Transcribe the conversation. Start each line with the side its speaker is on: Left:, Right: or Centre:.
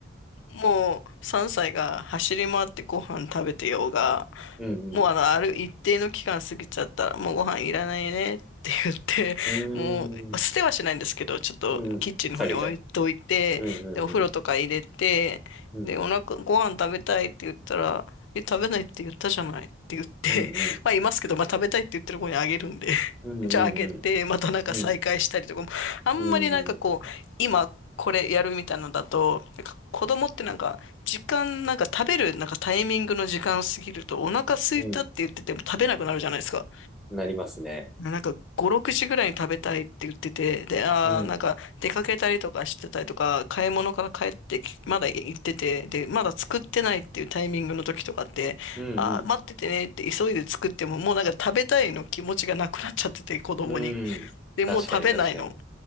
Left: もう3歳が走り回ってご飯食べてようが、
Centre: うん、
Left: もうあの、ある一定の期間過ぎちゃったら、もうご飯いらないねって言って、
Centre: うん、
Left: もう捨てはしないんですけど、
Centre: うん、
Left: ちょっとキッチンの方に置いといて、
Centre: うん下げちゃう。うん、
Left: で、お風呂とか入れて、
Centre: うん、うん、
Left: で、
Centre: うん、
Left: お腹、ご飯食べたいって言ったら、え、食べないって言ったじゃないって言って、
Centre: うん、うん、
Left: <laughs> まあいますけど、まあ食べたいって言ってる子にあげるんで、<laughs>
Centre: うんう
Left: じゃああげて、
Centre: ん
Left: またなんか再会したりとかも、
Centre: うん。うん。
Left: あんまりなんかこう、
Centre: うん。
Left: 今これやるみたいなのだと、なんか子供ってなんか、時間、なんか食べる、なんかタイミングの時間過ぎると、お腹空いたって言ってても食べなくなるじゃないですか。
Centre: うんなりますね。
Left: なんか5、6時ぐらいに食べたいって言ってて、で、あーなんか出かけたりとかしてたりとか、
Centre: うん。
Left: 買い物から帰ってき、まだ行ってて、で、まだ作ってないっていうタイミングの時とかって、
Centre: うんう
Left: あー待っててねって急いで作っても、もうなんか食べたいの気持ちがなくなっちゃってて、子供に。
Centre: ん。うん。
Left: で、
Centre: 確かに確かに。
Left: もう食べないの。